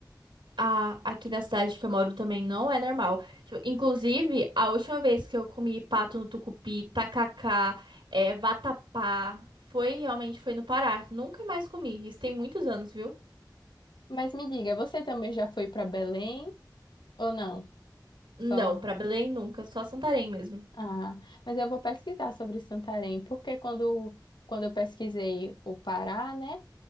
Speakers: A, on the right (about 80°); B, on the left (about 70°).
A: a- aqui na cidade que eu moro também não é normal. Tipo, inclusive, a última vez que eu comi pato no tucupi, tacacá, é, vatapá, foi realmente foi no Pará. Nunca mais comi. Isso tem muitos anos, viu?
B: Mas me diga, você também já foi para Belém ou não?
A: Não,
B: Só
A: pra Belém nunca, só Santarém mesmo.
B: Ah, mas eu vou pesquisar sobre Santarém, porque quando, quando eu pesquisei o Pará, né,